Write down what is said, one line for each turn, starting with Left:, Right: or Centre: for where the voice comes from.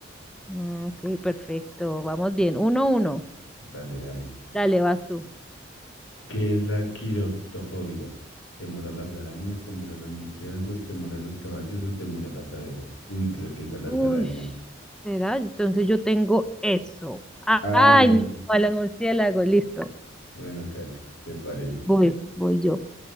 Centre: Mm, Ok, perfecto, vamos bien. Uno, uno.
Left: Dale, dale.
Centre: Dale, vas tú.
Left: ¿Qué es la quiroptofobia? ¿Temor a las arañas, temor a los murciélagos, temor a los caballos o temor a las abejas? Uy, creo que es a las
Centre: Uy,
Left: arañas.
Centre: ¿será? Entonces yo tengo eso. Ah,
Left: Ah,
Centre: Ay,
Left: no.
Centre: no, a los murciélagos, listo.
Left: Bueno, casi, se parecen.
Centre: Voy, voy yo.